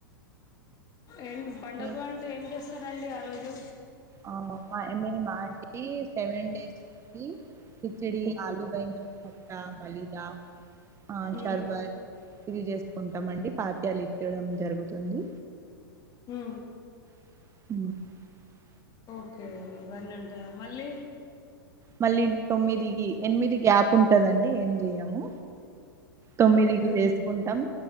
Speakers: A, on the left (about 30°); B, on the right (about 25°).
A: ఏం పండుగ
B: మీ-
A: అంటే ఏం చేస్తారండి ఆ రోజు.
B: ఆ యమ్మిని మాంటికి సెవెన్ డేస్ కిచెడి ఆలు, బై పట్ట మలిదా ఆ
A: ఉమ్
B: షర్బత్ ఇది చేేసుకుంటామండి పత్యాలు ఇచ్చడం జరుగుతుంది.
A: మ్
B: <inaudible>
A: ఓకే ఇవన్నీ ఉంటాయా మళ్ళీ
B: మళ్ళీ తొమ్మిది ఈ ఎనిమిది గ్యాప్ ఉంటదండి ఏం చేయము. తొమ్మిదికి
A: ఓకే
B: చేసుకుంటాం